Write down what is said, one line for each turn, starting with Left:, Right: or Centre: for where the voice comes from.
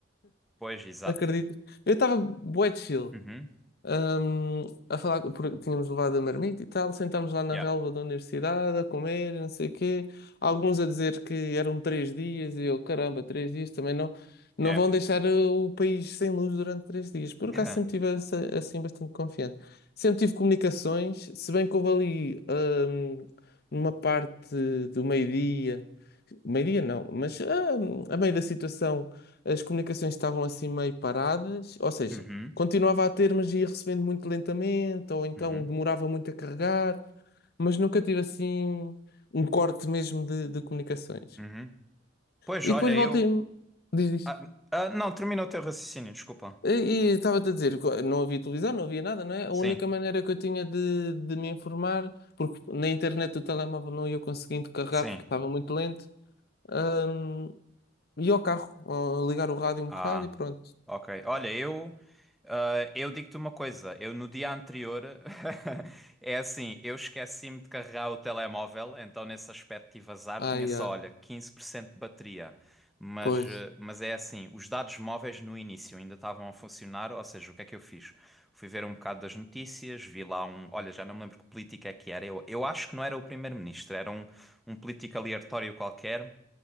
Centre: pois, exato.
Left: Não acredito. Eu estava bué chill.
Centre: Uhum,
Left: Ahm, a falar, porque tínhamos levado a marmita e tal, sentámos lá na
Centre: yeah,
Left: relva da universidade a comer, não sei o quê. Alguns a dizer que eram três dias e eu, caramba, três dias também não, não
Centre: é.
Left: vão deixar eh, o país sem luz durante três dias. Por
Centre: <laughs>
Left: acaso sempre tive essa- assim bastante confiante. Sempre tive comunicações, se bem que houve ali, ahm, numa parte do meio-dia, meio-dia não, mas ahm, a meio da situação as comunicações estavam assim meio paradas, ou seja
Centre: Uhum,
Left: continuava a ter, mas ia recebendo muito lentamente, ou então
Centre: uhum,
Left: demorava muito a carregar, mas nunca tive assim um corte mesmo de, de comunicações.
Centre: uhum. Pois,
Left: E
Centre: olha,
Left: depois voltei-me,
Centre: eu.
Left: diz, diz.
Centre: Ah, ah, não, termina o teu raciocínio, desculpa.
Left: E, e estava-te a dizer, co- não havia televisão, não havia nada, não é? A
Centre: Sim,
Left: única maneira que eu tinha de, de me informar, porque na internet do telemóvel não ia conseguindo carregar
Centre: sim.
Left: porque estava muito lento, hum, ia ao carro, ó, ligar o rádio um
Centre: Ah,
Left: bocado e pronto.
Centre: ok. Olha, eu, ah, eu digo-te uma coisa. Eu no dia anterior <laughs> é assim, eu esqueci-me de carregar o telemóvel, então nesse aspecto tive azar,
Left: Ah,
Centre: tinha
Left: yeah.
Centre: só, olha, 15% de bateria. Mas,
Left: Pois.
Centre: eh, mas é assim, os dados móveis no início ainda estavam a funcionar, ou seja, o que é que eu fiz? Fui ver um bocado das notícias, vi lá um. Olha, já não me lembro que político é que era. Eu, eu acho que não era o primeiro-ministro, era um, um político aleatório qualquer.